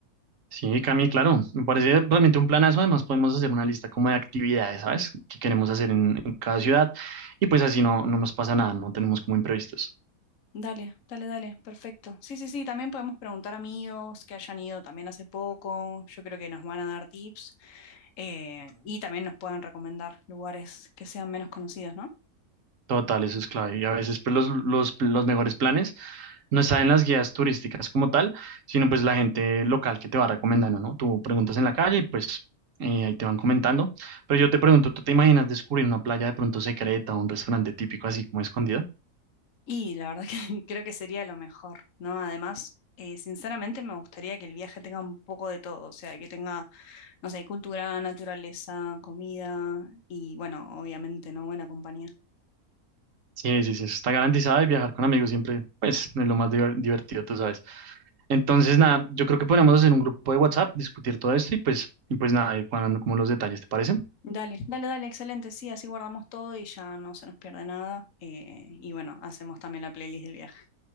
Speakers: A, on the right (about 60°); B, on the left (about 60°).
A: Sí, Cami, claro, me parece realmente un planazo. Además, podemos hacer una lista como de actividades, ¿sabes? Que queremos hacer en, en cada ciudad. Y pues así no, no nos pasa nada, no tenemos como imprevistos.
B: Dale, dale, dale, perfecto. Sí, sí, sí, también podemos preguntar a amigos que hayan ido también hace poco. Yo creo que nos van a dar tips eh, y también nos puedan recomendar lugares que sean menos conocidos, ¿no?
A: Total, eso es clave. Y a veces pues, los, los, los mejores planes no están en las guías turísticas como tal, sino pues la gente local que te va recomendando, ¿no? Tú preguntas en la calle y pues eh, ahí te van comentando. Pero yo te pregunto, ¿tú te imaginas descubrir una playa de pronto secreta o un restaurante típico así como escondido?
B: Y la verdad que <laughs> creo que sería lo mejor, ¿no? Además, eh, sinceramente me gustaría que el viaje tenga un poco de todo, o sea, que tenga, no sé, cultura, naturaleza, comida y, bueno, obviamente, ¿no? Buena compañía.
A: Sí, sí, sí, eso está garantizado y viajar con amigos siempre pues es lo más diver- divertido, tú sabes. Entonces, nada, yo creo que podríamos hacer un grupo de WhatsApp, discutir todo esto y pues, y pues nada, ir cuadrando como los detalles, ¿te parece?
B: Dale, dale, dale, excelente. Sí, así guardamos todo y ya no se nos pierde nada. eh, y bueno, hacemos también la playlist del viaje.